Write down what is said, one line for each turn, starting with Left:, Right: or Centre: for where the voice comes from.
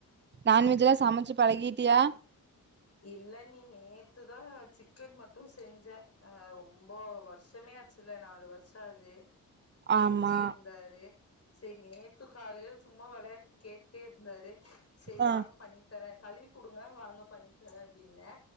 Right: நான்வெஜ்ல்லா சமைச்சு பழகிட்டியா
Left: இல்ல அண்ணி நேத்துதா சிக்கன் மட்டு செஞ்ச அ ரொம்ப வரு ஷமே ஆச்சுல்ல நாலு வருஷோ ஆவுது கேட்டுட்டே
Right: ஆமா
Left: இருந்தாரு சேரி நேத்து காலையில சும்மா வெளயாட்டுக்கு கேட்டே இருந்தாரு சேரி
Right: ஆ
Left: வாங்க பண்ணி தரே கழுவி குடுங்க வாங்க பண்ணி தரே அப்டின்னே